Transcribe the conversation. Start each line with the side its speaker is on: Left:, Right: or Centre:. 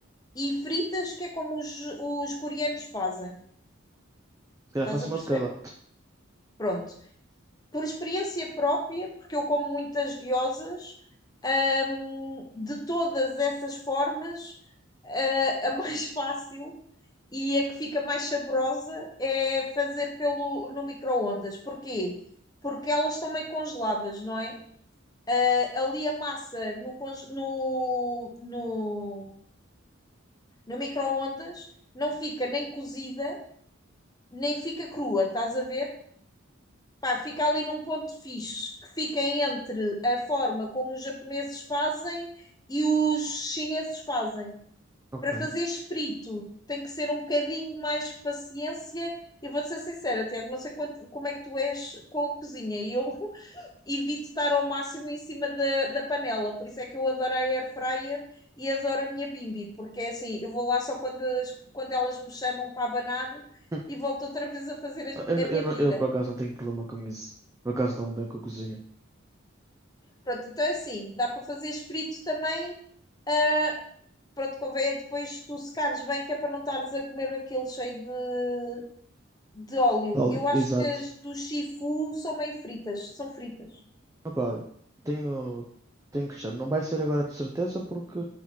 Left: E fritas, que é como os, os coreanos fazem.
Right: Se calhar
Left: Estás
Right: faço
Left: a
Right: uma
Left: perceber?
Right: de cada.
Left: Pronto. por experiência própria, porque eu como muitas guiosas, hum, de todas essas formas, a, a <laughs> mais fácil e a que fica mais saborosa é fazer pelo, no micro-ondas. Porquê? Porque elas estão meio congeladas, não é? Ah, ali a massa no, no, no, no micro-ondas não fica nem cozida, nem fica crua, estás a ver? Pá, fica ali num ponto fixe, que fica entre a forma como os japoneses fazem e os chineses fazem.
Right: Ok.
Left: Para fazeres frito, tem que ser um bocadinho mais paciência. Eu vou-te ser sincera, Tiago, não sei quanto- como é que tu és com a cozinha. Eu <laughs> evito estar ao máximo em cima da, da panela, por isso é que eu adoro a air fryer e adoro a minha bimby porque é assim, eu vou lá só quando, as- quando elas me chamam para abanar
Right: <laughs>
Left: e volto outra vez a fazer as-
Right: Ah, Eu,
Left: a
Right: não-
Left: minha
Right: eu, não-
Left: vida.
Right: eu, por acaso não tenho problema com isso. Por acaso dou-me bem com a cozinha.
Left: Pronto, então é assim, dá para fazeres frito também. Ah, Pronto, convém é depois tu secares bem, que é para não estares a comer aquele cheio de, de óleo.
Right: Ali.
Left: Eu acho
Right: Exato.
Left: que as do Shifu são meio fritas, são fritas.
Right: Opa, tenho. Tenho que deixar. Não vai ser agora de certeza porque.